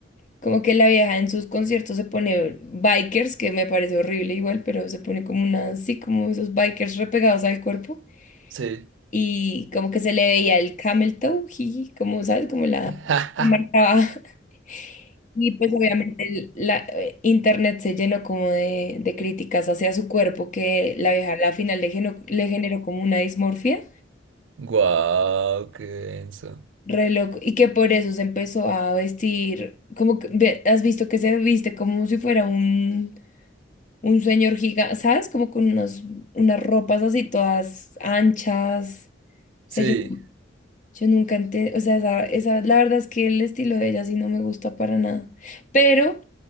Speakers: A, on the left; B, on the right.
A: como que la vieja en sus conciertos se pone bikers, que me parece horrible igual, pero se pone como una, sí, como esos bikers repegados al cuerpo
B: sí.
A: y como que se le veía el camel toe, jiji, como, ¿sabes? Como la
B: ¡Ja!
A: la marcaba. <laughs> Y pues obviamente el- la eh, internet se llenó como de, de críticas hacia su cuerpo que la vieja a la final le, geno- le generó como una dismorfia.
B: Guau, qué denso.
A: Re loco, Y que por eso se empezó a vestir, como que, ve- has visto que se viste como si fuera un, un señor gigante, ¿sabes? Como con unas, unas ropas así todas anchas.
B: Sí,
A: O sea, yo, yo nunca entendí, o sea, esa, esa- la verdad es que el estilo de ella sí no me gusta para nada. Pero